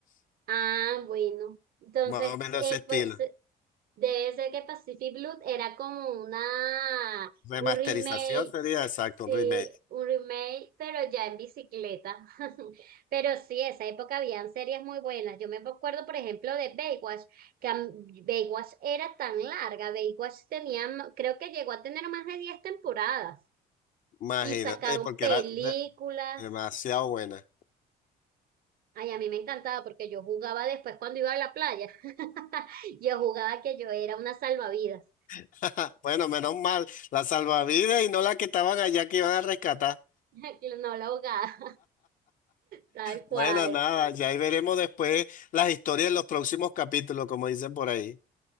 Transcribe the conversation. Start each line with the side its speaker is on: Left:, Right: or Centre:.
Right: ah, bueno. Entonces,
Left: más o menos
Right: eh,
Left: ese estilo.
Right: pues Debe ser que Pacific Blue era como una,
Left: Remasterización
Right: un remake,
Left: sería exacto,
Right: sí,
Left: un remake.
Right: un remake, pero ya en bicicleta. <laughs> Pero sí, esa época habían series muy buenas. Yo me acuerdo, por ejemplo, de Baywatch, que a mí- Baywatch era tan larga. Baywatch tenía, m- creo que llegó a tener más de 10 temporadas
Left: Imagínate,
Right: y sacaron
Left: porque
Right: películas.
Left: era de- demasiado buena.
Right: Ay, a mí me encantaba porque yo jugaba después cuando iba a la playa. <laughs> Yo jugaba que yo era una salvavidas.
Left: <laughs> Bueno, menos mal, la salvavidas y no la que estaban allá que iban a rescatar.
Right: <laughs> No la ahogada. Tal
Left: Bueno,
Right: cual.
Left: nada, ya ahí veremos después las historias en los próximos capítulos, como dicen por ahí.